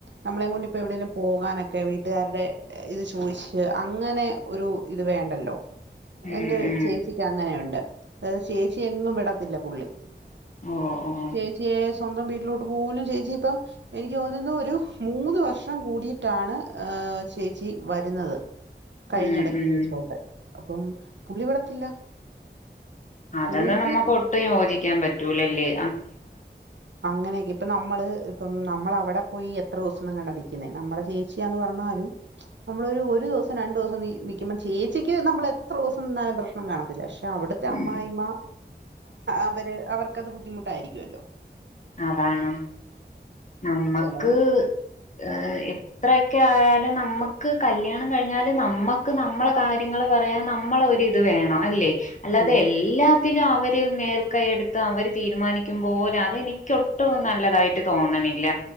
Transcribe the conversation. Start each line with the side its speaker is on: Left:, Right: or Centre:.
Right: നമ്മളെ കൊണ്ട് ഇപ്പോ എവിടെലും പോകാനൊക്കെ വീട്ട്കാരുടെ ഇത് ചോയ്ച്ച് അങ്ങനെ ഒരു ഇത് വേണ്ടല്ലോ
Left: ഉം
Right: എന്റെ
Left: ഉം
Right: ചേച്ചിക്ക് അങ്ങനെയുണ്ട് അത് ചേച്ചി എങ്ങും വിടത്തില്ല പുള്ളി
Left: ഓ ഓ
Right: ചേച്ചിയെ സ്വന്തം വീട്ടിലോട്ട് പോലും ചേച്ചി ഇപ്പം എനിക്ക് തോന്നുന്നു ഒരു മൂന്ന് വർഷം കൂടിട്ടാണ് ചേച്ചി വരുന്നത് കഴിഞ്ഞെടക്ക്
Left: ഉം ഉം
Right: വീട്ടിലോട്ട് അപ്പം പുള്ളി വിടത്തില്ല
Left: അതൊന്നും
Right: പുള്ളിക്ക്
Left: നമ്മുക്ക് ഒട്ടും യോജിക്കാൻ പറ്റൂല്ലേ
Right: അങ്ങനെക്കെ ഇപ്പ നമ്മള് ഇപ്പം നമ്മള് അവിടെ പോയി എത്ര ദിവസം <unintelligible> നമ്മുടെ ചേച്ചിയാന്ന് പറഞ്ഞാ അത് നമ്മളൊ ഒരു ദിവസം രണ്ടു ദിവസം നൽക്കുമ്പം ചേച്ചിക്ക് നമ്മൾ എത്ര ദിവസം നിന്നാലും പ്രശ്നം കാണത്തില്ല അവിട്ത്തെ അമ്മായിഅമ്മ
Left: ഉം
Right: അവര് അവർ ത് ബുദ്ധിമുട്ടായിരിക്കോല്ലോ
Left: അതാണ് നമ്മക്ക്
Right: ചെലവ്
Left: ഹേ എത്രയോക്കെ ആയാലും നമ്മക്ക് കല്യാണം കഴിഞ്ഞാല് നമ്മക്ക് നമ്മളെ കാര്യങ്ങള് പറയാൻ നമ്മള് ഒരിത് വേണം അല്ലേ അല്ലാതെ
Right: ഉം
Left: എല്ലാ തില് അവര് മേൽക്കയെടുത്ത് അവര് തീരുമാനിക്കുമ്പോലെ അതെനി ഒട്ടും നല്ലതായിട്ട് തോന്ന്ണില്ല